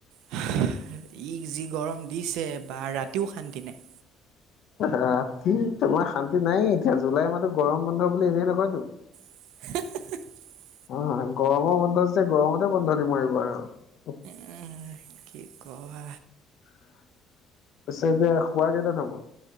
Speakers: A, on the right; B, on the left.
A: <unintelligible> ই যি গৰম দিছে বা ৰাতিও শান্তি নাই।
B: ৰাতি তোমাৰ শান্তি নাই এতিয়া জুলাই মাহটো গৰম বন্ধ বুলি এনেই নকয়তো <unintelligible>
A: <unintelligible>
B: অ হয় গৰমৰ বন্ধত যে গৰমতে বন্ধ দিব <unintelligible>
A: উম কি ক হয় <inaudible>
B: <inaudible> পিছে এতিয়া খোৱা কেইটাত হ'ব?